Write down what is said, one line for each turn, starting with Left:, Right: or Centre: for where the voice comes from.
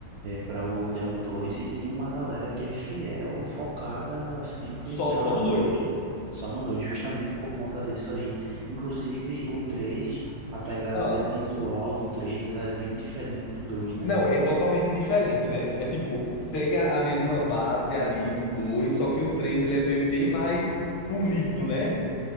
Right: para o Diablo 2 e tem uma galera que é fiel, focada sempre
Left: só,
Right: em jogar
Left: só no
Right: no
Left: dois
Right: 2. Só no 2, justamente por conta disso aí. Inclusive o 3, a pegada
Left: Ah,
Right: até visual do 3, ela é bem diferente do 2, né?
Left: não, é totalmente diferente, né? É tipo, segue a, a mesma base ali do dois só que o 3 ele é bem, bem mais polido, né?